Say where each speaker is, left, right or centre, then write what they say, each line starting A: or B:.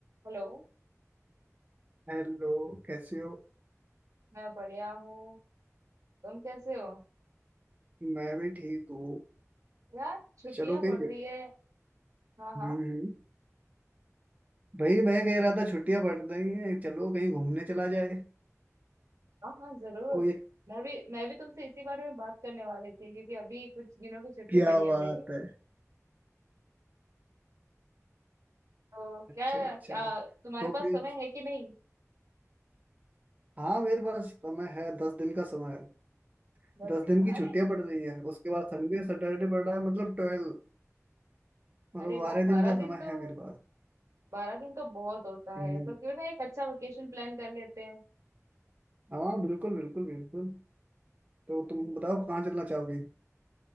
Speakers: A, on the right; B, on the right.
A: हेलो
B: Hello कैसे हो
A: मैं बढ़िया हूँ तुम कैसे हो
B: मैं भी ठीक हूँ
A: यार छुट्टियां
B: चलो कहीं
A: पड़ रही
B: देख
A: है हाँ हाँ
B: हम्म हम्म। भाई मैं कह रहा था छुट्टियां पड़ रही हैं चलो कहीं घूमने चला जाए
A: हाँ हाँ जरूर
B: कोई
A: मैं भी मैं भी तुमसे इसी बारे में बात करने वाली थी क्योंकि अभी कुछ दिनों की छुट्टी
B: क्या
A: पड़ी
B: बात
A: है मेरी
B: है
A: तो
B: अच्छा
A: क्या,
B: अच्छा
A: क्या तुम्हारे
B: तो
A: पास
B: फिर
A: समय है कि नहीं
B: हाँ मेरे पास समय है दस दिन का समय है
A: दस
B: दस
A: दिन
B: दिन
A: का
B: की
A: अरे
B: छुट्टियां पड़ रही हैं उसके बाद संडे सैटरडे पड़ रहा है मतलब ट्वेल्व मतलब
A: अरे
B: बारह
A: वाह
B: दिन
A: बारह
B: का समय
A: दिन तो
B: है मेरे पास
A: बारह दिन तो बहुत होता है
B: हम्म
A: तो क्यों ना एक अच्छा वेकेशन प्लान कर लेते हैं
B: हाँ बिल्कुल बिल्कुल बिल्कुल तो तुम
A: ठीक
B: बताओ
A: है
B: कहाँ चलना चाहोगी